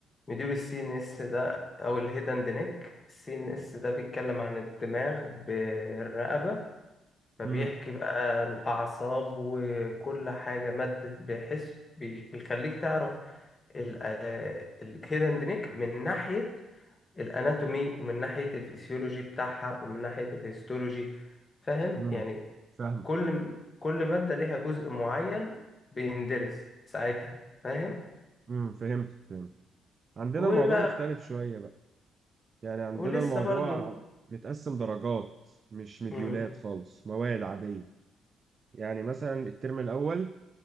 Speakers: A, on the left; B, on the right.
A: مديول السي ان اس ده او الهيدن نيك السي ان اس ده بيتكلم عن الدماغ بالرقبة فبيحكي
B: امم
A: بقى الأعصاب وكل حاجة مادة بحس بي- بيخليك تعرف الهيدن نيك من ناحية الاناتومي ومن ناحية الفسيولوجي بتاعها ومن ناحية الهيستولوجي فاهم
B: امم
A: يعني
B: فاهم
A: كل كل مادة ليها جزء معين بيندرس ساعتها فاهم
B: امم فهمت فهمت عندنا
A: وبقى
B: الموضوع مختلف شويه بقى يعني عندنا
A: ولسه
B: الموضوع
A: برضو
B: متقسم درجات مش مديولات
A: مم.
B: خالص مواد عادية يعني مثلا الترم الأول